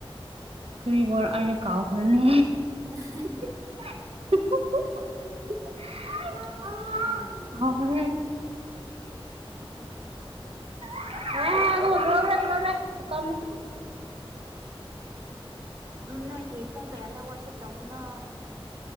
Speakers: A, on the right; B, on the right.
A: ꯀ꯭ꯔꯤꯕꯨꯔꯥ ꯑꯩꯪ ꯀꯥꯎꯈ꯭ꯔꯦꯅꯦ
B: ꯑ ꯍꯍ
A: <unintelligible>
B: ꯎꯝ
A: ꯍꯧꯈꯔꯦ <unintelligible> ꯄꯨꯀꯝꯃꯤ
B: <unintelligible> ꯎꯝ ꯅꯣꯏꯗꯤ ꯄꯨꯡ ꯀꯌꯥꯗ ꯋꯥꯔꯁꯤꯞ ꯇꯧꯕꯅꯣ